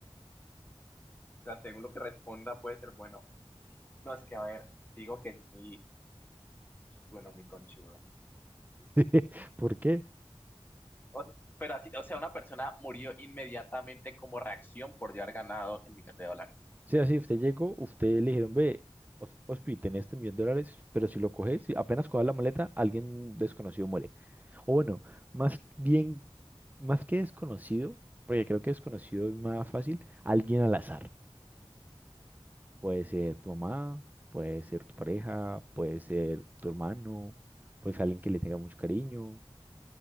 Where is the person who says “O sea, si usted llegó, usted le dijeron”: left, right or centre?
Right